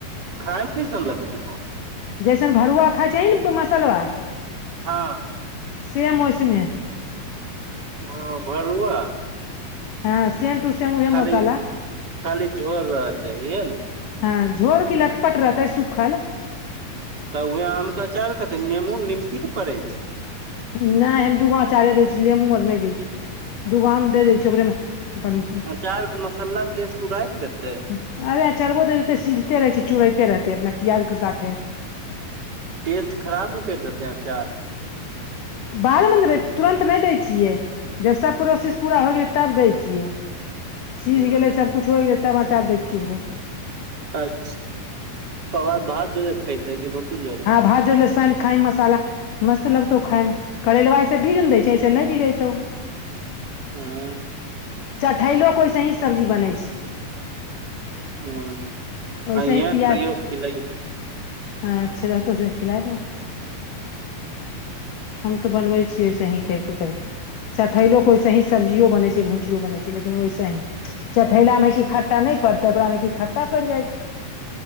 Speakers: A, on the right; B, on the left.
A: खायमे कैसन लगते।
B: जैसन भरुआ खाइ छहीं ने मसलबा
A: हँ हँ।
B: सेम ओइसने।
A: हँ भरुआ।
B: हँ सेम टू सेम उहे
A: खाली
B: मसाला
A: खाली झोर रहतै इहा ने।
B: हँ झोर की लटपट रहतै सुखल।
A: तऽ उएह आमके अचारके कथि ला नेमो निमकी ने पड़ै छै।
B: नहि हम दूगो अँचारे दै छलियै नेमू आर नहि दै छियो दूगो आम दे दै छियै ओकरेमे अपन
A: अचार के मसाला टेस्ट उड़ाय ने देतै।
B: अरे अचरबो दे दैते सिझिते रहै छियै चुड़ैते रहतै अपना पियाजके साथे।
A: टेस्ट खराब ने करि देतेैं अचार।
B: बाद में देबै तुरन्त नहि दै छियै। जब सब प्रोसेस पूरा हो गेलै तब दैछीयै। सीझ
A: हँ
B: गेलै सबकुछ हो गेलै तब अचार दै चुुरबै।
A: अच्छा ओकरा बाद भात जरे खातै कि रोटी जरे।
B: भाज जरे सइन क खाही मसाल मस्त लगतौ खायइमे कर लाइसे बिग ने दै छै ऐसे नहि बिगतौ।
A: हँ।
B: चठैलो को ओसे ही सब्जी बनै छै।
A: हँ
B: ओहिसे
A: अइहे
B: ही पियाज
A: कहियो खिलै
B: हँ। अच्छा रहतो से खिलाय द। हम तऽ बनबै छीयै ऐसे ही करिके कहबै। चठैलोक
A: ह
B: के वैसे ही सब्जियो बन छै भुंजियो बन छै लेकिनैसही चठैला मे की। खट्टा नहि प परतै ओकरामे की खट्टा पड़ि जाय छै।